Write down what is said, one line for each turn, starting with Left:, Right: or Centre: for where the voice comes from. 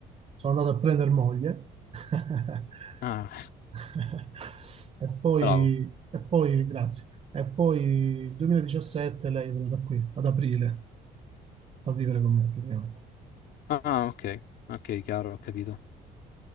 Right: sono andato a prendere moglie <laughs>
Left: ah, <laughs>
Right: e poi,
Left: bravo.
Right: e poi, grazie, e poi il 2017 lei è venuta qui, ad aprile, a vivere con me praticamente.
Left: Ah, ok, ok, chiaro, ho capito.